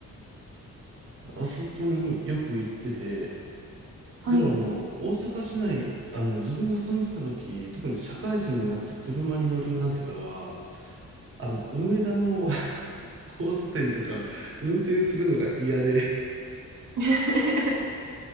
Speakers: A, on the right; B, on the right.
A: あそこによく行ってて、
B: はい。
A: でもあの、大阪市内、あの、自分が住んでた時、特に社会人になって車に乗るようになってからは、あの、梅田の <laughs> 交差点とか運転するのが嫌で、
B: <laughs>